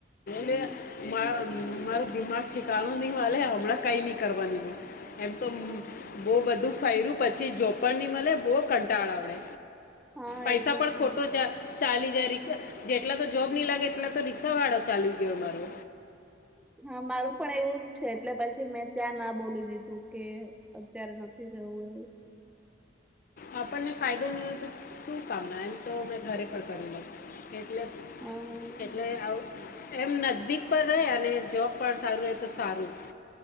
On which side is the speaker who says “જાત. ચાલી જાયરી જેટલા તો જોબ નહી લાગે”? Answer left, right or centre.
Left